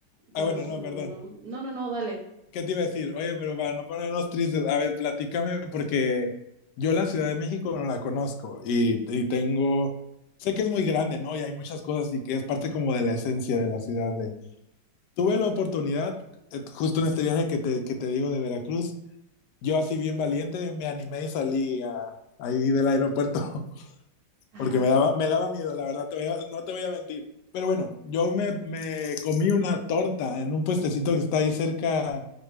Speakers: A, on the left (about 75°); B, on the right (about 65°).
A: Ah,
B: pero
A: bueno,
B: sí,
A: no,
B: no,
A: perdón.
B: no, no, no, no, dale.
A: ¿Qué te iba a decir? Oye, pero para no ponernos tristes, a ver, platícame, porque yo la Ciudad de México no la conozco y, y tengo, sé que es muy grande, ¿no? Y hay muchas cosas y que es parte como de la esencia de la ciudad. De... Tuve la oportunidad, eh, justo en este viaje que te, que te digo de Veracruz, yo así bien valiente me animé y salí a- ahí del aeropuerto, <laughs>
B: Ajá.
A: porque me daba, me daba miedo, la verdad, te voy a- no te voy a mentir. Pero bueno, yo me, me comí una torta en un puestecito que está ahí cerca